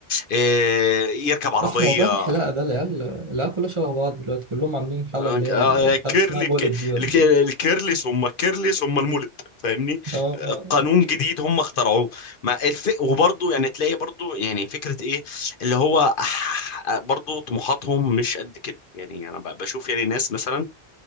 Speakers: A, on the left; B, on the right.
A: آه، يركب عربيه
B: اح موضوع الحلاقه ده العيال العيال كلها شبه بعض دلوقتي كلهم عاملين حاله
A: آه،
B: اللي هي
A: آه،
B: ال- مش
A: كيرلي
B: عارف اسمها مولد
A: ك-
B: دي ولا
A: الك- الكيرلي
B: إيه.
A: ثم الكيرلي ثم المولد فاهمني
B: اه
A: آه، قانون جديد هم اخترعوه مع الف... وبرضه يعني تلاقي برضه يعني فكرة ايه اللي هو آه، برضه طموحاتهم مش قد كده يعني انا ب- بشوف يعني ناس مثلا